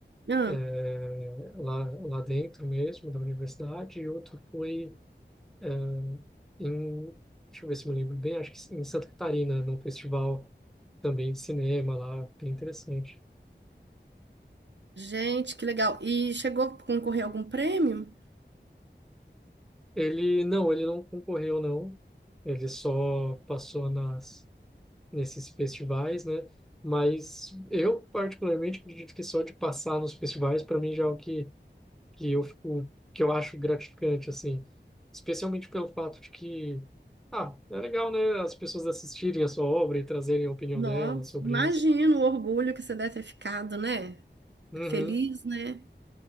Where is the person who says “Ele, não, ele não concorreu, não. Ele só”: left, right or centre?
Centre